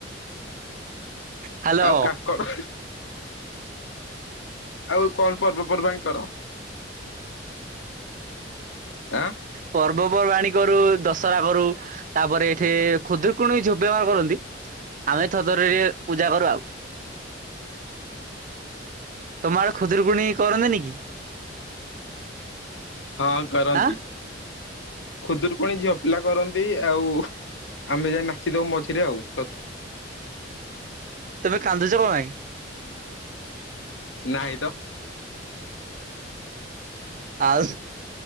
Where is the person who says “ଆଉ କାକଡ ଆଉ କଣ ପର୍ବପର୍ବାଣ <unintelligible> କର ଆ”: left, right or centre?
Left